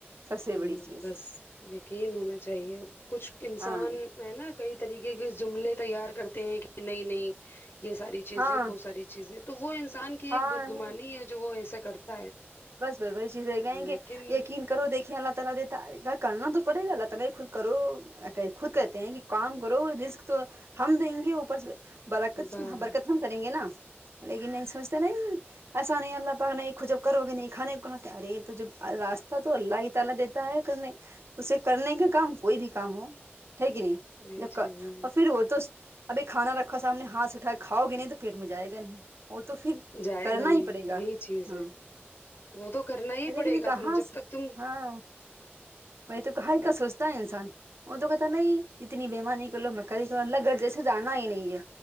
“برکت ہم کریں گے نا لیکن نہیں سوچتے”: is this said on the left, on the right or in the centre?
Right